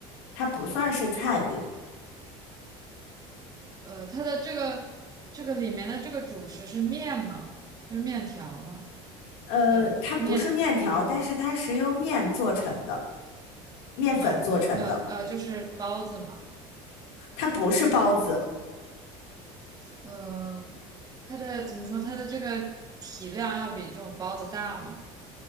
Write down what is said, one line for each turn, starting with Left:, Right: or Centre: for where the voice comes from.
Left: 它不算是菜名。
Right: 呃，它的这个这个里面的这个主食是面吗？是面条吗？
Left: 呃，
Right: 粉、
Left: 它不是面条，
Right: 面、
Left: 但是它是由面做成的，面粉做成的，
Right: 馒头，呃呃，就是包子嘛。
Left: 它不是包子。
Right: 呃，它的怎么说？它的这个体量要比这种包子大吗？